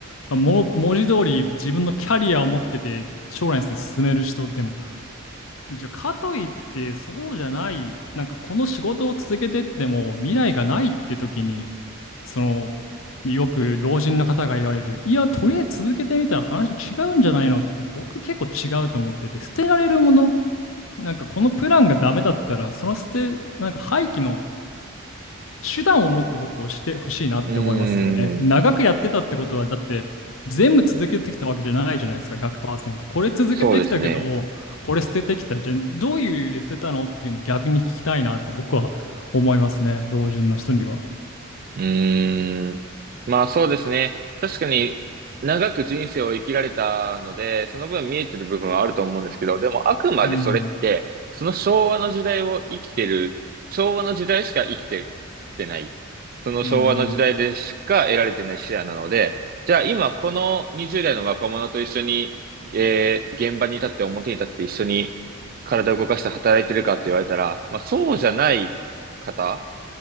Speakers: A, on the left (about 65°); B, on the right (about 45°).
A: まあ、も、文字通り自分のキャリアを持ってて、将来に進める人、でも、じゃあ、かといって、そうじゃない、なんかこの仕事を続けてっても未来がないって時に、その、よく老人の方が言われる、いや、とりあえず続けてみたら話違うんじゃないのって、僕結構違うと思ってて、捨てられるもの、なんかこのプランがダメだったら、その捨て、なんか廃棄の手段をもっと僕押してほしいなって思いますよね。
B: うん。
A: 長くやってたってことは、だって、全部続けてきたわけじゃないじゃないですか、100%。これ続けてきたけど、
B: そうですね。
A: これ捨ててきた。じゃあ、どういう理由で捨てたのっていうの逆に聞きたいなって僕は思いますね、老人の人には。
B: うーん。まあそうですね。確かに長く人生を生きられたので、その分見えてる部分はあると思うんですけど、でもあくまでそれって、
A: うん。
B: その昭和の時代を生きてる、昭和の時代しか生きてきてない。その昭和の時代でしか得られてない視野なので、
A: うんうん
B: じゃあ今この20代の若者と一緒に、えー現場に立って表に立って一緒に体を動かして働いてるかって言われたら、まあそうじゃない方、